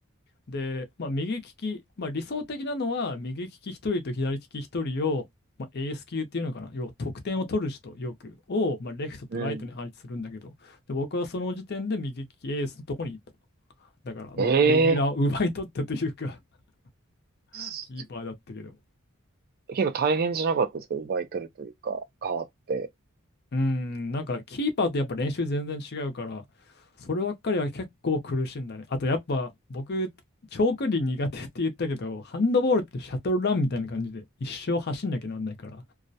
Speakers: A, on the left (about 50°); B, on the right (about 45°).
A: で、まあ、右利き、まあ、理想的なのは、右利き1人と左利き1人を、まあ、エース級っていうのかな、要は得点を取る人、よく、を、まあ、レフトとライトに配置するんだけど、
B: うん。
A: で、僕はその時点で右利きエースのとこにいた。だから、まあ、
B: ええ
A: レギュラーを奪い取ったというか、<laughs>
B: す
A: キーパーだったけど。
B: 結構大変じゃなかったですか奪い取るというか、変わって。
A: うん、なんかキーパーとやっぱ練習全然違うから、そればっかりは結構苦しいんだね。あとやっぱ僕、長距離苦手って言ったけど、ハンドボールってシャトルランみたいな感じで一生走んなきゃなんないから、